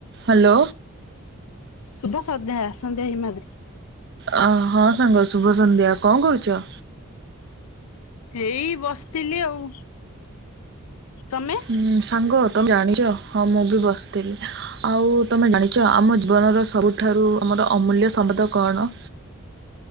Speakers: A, on the right (about 50°); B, on the left (about 80°).
A: Hello
B: ଶୁଭ ସନ୍ଧ୍ୟା ଆସନ୍ତି ହିମାଦ୍ରି
A: ଅ ହଁ ସାଙ୍ଗ ଶୁଭ ସନ୍ଧ୍ୟା କଣ କରୁଚ?
B: ହେଇ ବସିଥିଲି ଆଉ ତମେ?
A: ଉଁ ସାଙ୍ଗ ତମେ ଜାଣିଛ ହଁ ମୁଁ ବି ବସିଥିଲି ଆଉ ତୁମେ ଜାଣିଛ ଆମ ଜୀବନର ସବୁ ଠାରୁ ଆମର ଅମୂଲ୍ୟ ସଂପଦ କଣ?